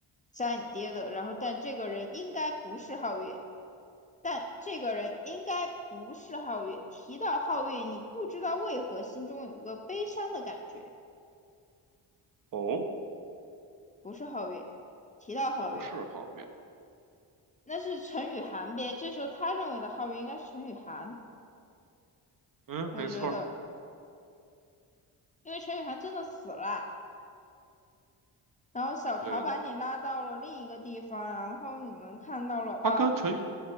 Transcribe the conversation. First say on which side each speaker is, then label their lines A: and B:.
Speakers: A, on the left; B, on the right.
A: 杀你爹的，然后但这个人应该不是皓月，但这个人应该不是皓月。提到皓月，你不知道为何心中有一个悲伤的感觉。
B: 哦，
A: 不是皓月，提到皓月，
B: 不是皓月，
A: 那是陈雨涵呗。这时候他认为的皓月应该是陈雨涵，
B: 嗯，
A: 我觉得，
B: 没错儿，
A: 因为陈雨涵真的死了，然后小桃把你拉到了另一个地方，
B: 对的，
A: 然后你们看到了啊，
B: 他跟陈宇，